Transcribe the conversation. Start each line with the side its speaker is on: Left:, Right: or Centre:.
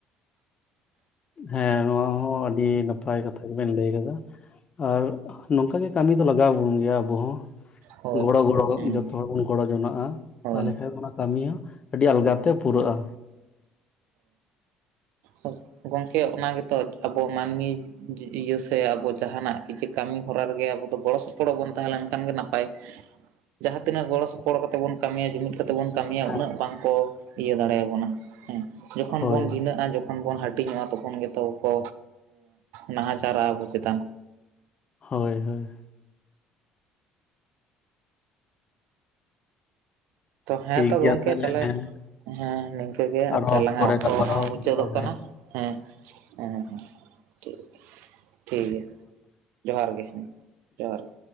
Left: ᱦᱮᱸ ᱱᱚᱶᱟ ᱦᱚᱸ ᱟᱹᱰᱤ ᱱᱟᱯᱟᱭ ᱠᱟᱛᱷᱟ ᱜᱮᱵᱮᱱ ᱞᱟᱹᱭ ᱟᱠᱟᱫᱟ, ᱟᱨ ᱱᱚᱝᱠᱟ ᱜᱮ ᱠᱟᱹᱢᱤ ᱫᱚ ᱞᱟᱜᱟᱣ ᱟᱵᱚᱱ ᱜᱮᱭᱟ ᱟᱵᱚ ᱦᱚᱸ
Right: ᱦᱳᱭ
Left: ᱜᱚᱲᱚ ᱜᱚᱲᱚ
Right: ᱦᱩᱸ
Left: ᱡᱚᱛᱚ ᱦᱚᱲ ᱵᱚᱱ ᱜᱚᱲᱚ ᱡᱚᱱᱟᱜᱼᱟ
Right: ᱦᱳᱭ
Left: ᱛᱟᱦᱚᱞᱮ ᱠᱷᱟᱱ ᱚᱱᱟ, ᱠᱟᱹᱢᱤ ᱦᱚᱸ ᱟᱹᱰᱤ ᱟᱞᱜᱟ ᱛᱮ ᱯᱩᱨᱟᱹᱜᱼᱟ
Right: ᱚ ᱜᱚᱢᱠᱮ ᱚᱱᱟ ᱜᱮᱛᱚ ᱟᱵᱚ ᱢᱟᱹᱱᱢᱤ ᱤᱭᱟᱹ ᱥᱮ ᱟᱵᱚ ᱡᱟᱦᱟᱱᱟᱜ ᱠᱤᱪᱷᱤ ᱠᱟᱹᱢᱤ ᱦᱚᱨᱟ ᱨᱮᱜᱮ ᱟᱵᱚ ᱫᱚ ᱜᱚᱲᱚ ᱥᱚᱯᱚᱲᱚ ᱵᱚᱱ ᱛᱟᱦᱮᱸ ᱞᱮᱱᱠᱷᱟᱱ ᱜᱮ ᱱᱟᱯᱟᱭ᱾ ᱡᱟᱦᱟᱸ ᱛᱤᱱᱟᱹᱜ ᱜᱚᱲᱚ ᱥᱚᱯᱚᱦᱚᱫ ᱠᱟᱛᱮ ᱵᱚᱱ ᱠᱟᱹᱢᱤᱭᱟ ᱡᱩᱢᱤᱫ ᱠᱟᱛᱮ ᱵᱚᱱ ᱠᱟᱹᱢᱤᱭᱟ
Left: ᱦᱮᱸ
Right: ᱩᱱᱟᱹᱜ ᱵᱟᱝ ᱠᱚ ᱤᱭᱟᱹ ᱫᱟᱲᱮᱭᱟᱵᱚᱱᱟ, ᱦᱮᱸ ᱡᱚᱠᱷᱚᱱ
Left: ᱦᱳᱭ
Right: ᱵᱚᱱ ᱵᱷᱤᱱᱟᱹᱜᱼᱟᱚᱠᱷᱚᱱ ᱡᱚᱠᱷᱚᱱ ᱵᱚᱱ ᱦᱟᱹᱴᱤᱧᱚᱜᱼᱟ ᱛᱚᱠᱷᱚᱱ ᱜᱮᱛᱚ ᱠᱚ ᱱᱟᱦᱟᱪᱟᱨᱟᱜᱼᱟ ᱟᱵᱚ ᱪᱮᱛᱟᱱ,
Left: ᱦᱳᱭ ᱦᱳᱭ
Right: ᱛᱚ ᱦᱮᱸ
Left: ᱴᱷᱤᱠ
Right: ᱛᱚ ᱜᱚᱢᱠᱮ
Left: ᱜᱮᱭᱟ
Right: ᱛᱟᱦᱚᱞᱮ,
Left: ᱦᱮᱸ
Right: ᱦᱮᱸ ᱱᱤᱝᱠᱟᱹ ᱜᱮ
Left: ᱟᱨᱦᱚᱸ
Right: ᱜᱟᱞᱟᱝ
Left: ᱯᱚᱨᱮ
Right: ᱟ ᱚᱠᱛᱚ
Left: ᱜᱟᱞᱢᱟᱨᱟᱣ
Right: ᱦᱚᱸ ᱢᱩᱪᱟᱹᱫᱚᱜ
Left: ᱦᱩᱭᱩᱜᱼᱟ
Right: ᱠᱟᱱᱟ
Left: ᱦᱮᱸ
Right: ᱦᱮᱸ ᱦᱮᱸ ᱦᱮᱸ ᱴᱷᱤᱠ ᱴᱷᱤᱠ ᱜᱮᱭᱟ ᱡᱚᱦᱟᱨ ᱜᱮ ᱦᱮᱸ ᱡᱚᱦᱟᱨ ᱜᱮ